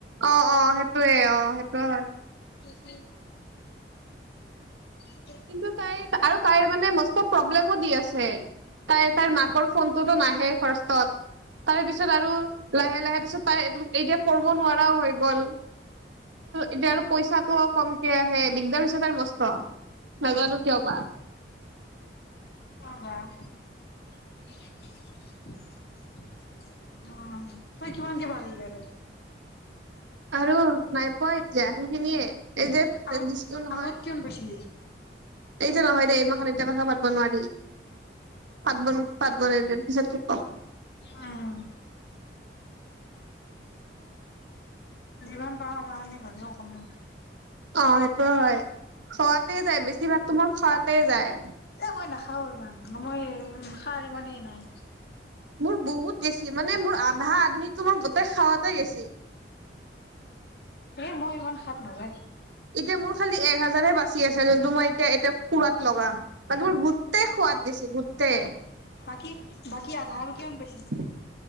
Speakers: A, on the right; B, on the left.
A: অ অ সেইটয়ে অ সেইটোয়ে হয় ।
B: হয় ।
A: ত ত মে প্ৰব্লেমো দি আছে তাই তাইৰ মাকৰ ফোনটোতো নাহে ফত তাৰ পিছত আৰু লেে ত এতিয়া কৰিব নোৱাৰাও গল এতি পইচাটো কমক আহে দিগদাৰ হৈছে তস নাজানো কিয় বা
B: অবা <unintelligible> উ তই কিমানকে পালি আৰু
A: আৰু নাই পোৱা এতিয়া সেইখিনিয়ে এই যে
B: আগত
A: দিছিলো নহয়।
B: আগত কমান বেছিলিে
A: এই জে নহয় দেই মই এমাহ কথা পাতব নোৱাৰি পাতব পাতবো নোৱাৰাৰ পিছত খুব কম ।
B: উম, জীৱন পাওঁ আমাৰ কাৰণে হ'লেও অকমান
A: অ সেইটো হয় খোৱাতে যায় বেছিভাগ তোমাক খোৱাতে যায়
B: এ মই নাখাও ইমান মই খাৰ ইমান হে নাই
A: মোৰ বহুত গেছি মানে মোৰ আধা আধিতো মোৰ গোটেই খাৱাতে গেছি
B: এ মই ইমান খাপ নাযায়
A: এতিয়া মোৰ খালি এক হাজাৰহে বাচি আছে যোন । দুমাই তিয়া এতিয়া ফুৰাত লগাম তাক মোৰ গোটটেই খোৱাত গৈছে গোটটেই ।
B: বাকী বাকী আধা আৰু কিমান পাইছিলি?